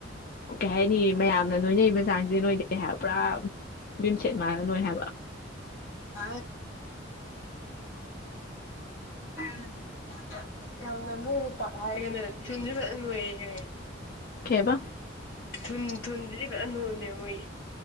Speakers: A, on the left (about 50°); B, on the left (about 75°).
A: ꯀꯩ ꯍꯥꯏꯅꯤ ꯃꯌꯥꯝꯅ ꯅꯣꯏꯅꯔꯤꯕ ꯆꯥꯡꯁꯤꯦ ꯅꯣꯏꯗꯦ ꯍꯥꯏꯕ ꯄꯨꯔꯥ ꯌꯝ ꯁꯦꯠ ꯃꯥꯥꯟꯂ ꯅꯣꯏ ꯍꯥꯏꯕ
B: ꯑ <unintelligible> ꯌꯥꯝꯟꯅ ꯄꯥꯒꯅꯦ ꯅꯨꯡꯌꯦꯦ ꯌꯥꯏꯦ
A: ꯀꯩꯕ
B: ꯊꯨꯟ ꯊꯨꯟꯁꯤꯗꯤ ꯐꯖ ꯅꯣꯝꯅꯦ ꯃꯣꯏ